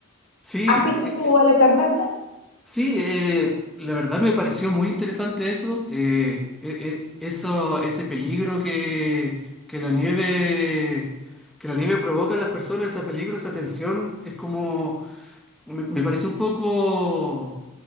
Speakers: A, in the centre; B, on the left.
A: Sí,
B: ¿Has visto
A: eh,
B: tú
A: eh,
B: al Eternauta?
A: sí, eh, la verdad me pareció muy interesante eso, eh, e- e- eso, ese peligro que, que la nieve, que la nieve provoca en las personas, ese peligro, esa tensión, es como me, me pareció un poco,